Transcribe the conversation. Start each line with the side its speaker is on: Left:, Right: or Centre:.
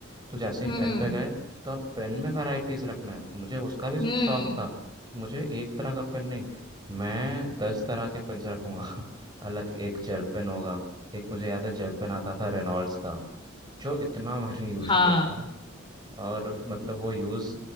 Right: तो जैसे
Left: हम्म
Right: ही पेन पे गए तो अब पेन में वैरायटीज रखना है मुझे उसका भी शौक
Left: हम्म
Right: था कि मुझे एक तरह का पेन नहीं मैं दस तरह के पेन रखूंगा <laughs> अलग एक जेल पेन होगा एक मुझे याद है जेल पेन आता था रेनॉल्ड्स का जो इतना मैंने यूज
Left: हाँ
Right: किया है और मतलब वो यूज़